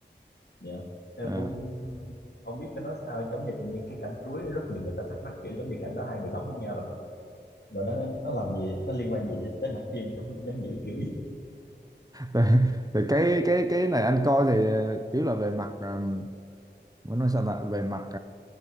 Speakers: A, on the left; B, on the right.
A: dạ em
B: à.
A: cũng không biết phải nói sao giống như tự nhiên cái cảnh cuối rất nhiều người ta thắc mắc kiểu giống như cảnh đó hai người đóng với nhau làm rồi nó nó làm gì nó liên quan gì tới mạch phim cũng giống như kiểu gì
B: thì, thì <laughs> cái cái cái này anh coi thì ờ, kiểu là về mặt ờ, muốn nói sao ta về mặt